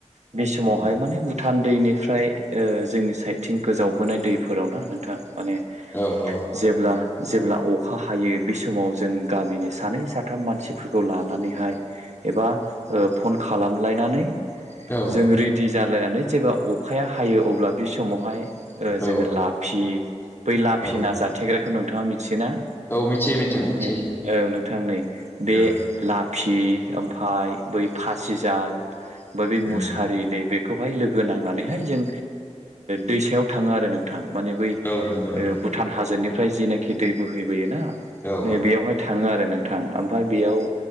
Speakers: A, on the right; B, on the left.
A: बे समावहाय
B: उम
A: माने भुटान दैनिफ्राय जोंनि साइडथिं गोजावबोनाय दैफोरावनो नोंथां माने
B: औ औ
A: जेब्ला जेब्ला अखा हायो बे समाव जों गामिनि सानै साथाम मानसिफोरखौ लानानैहाय एबा फन खालामलायनानै
B: औ
A: जों रेडि जालायनानै जेब्ला अखाया हायो अब्ला बे समावहाय ओ
B: औ
A: जोङो लाफि बै लाफि
B: औ
A: नााजाथेग्राखौ नोंथाङा मिथियोना?
B: औ मिथियो मिथिग मिथियो
A: नै औ नोंथां नै बे
B: औ
A: लाफि ओमफ्राय बै फासिजाल <unintelligible> बे मुसारि
B: उम
A: नै बे खौहाय लोगो नांनानैहाय जों दैसायाव थाङो आरो नोंथां माने बै
B: औ नंगौ नोंथां
A: ओभुटान हाजोनिफ्राय जिनाखि दै बोहैबोयोना
B: औ
A: नै
B: औ
A: बेयावहाय थाङो आरो नोंथां ओमफ्राय बेयाव